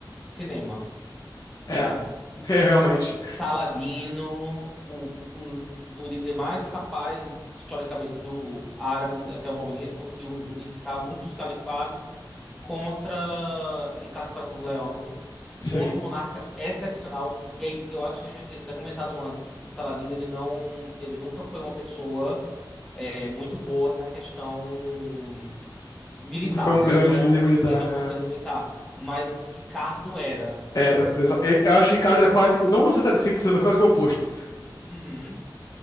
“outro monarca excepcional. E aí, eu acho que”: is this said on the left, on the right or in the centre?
Centre